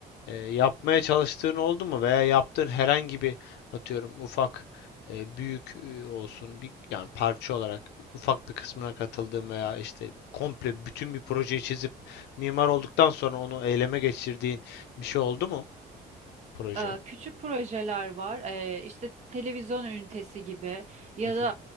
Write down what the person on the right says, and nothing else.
Ee, küçük projeler var. Ee, işte televizyon ünitesi gibi ya
da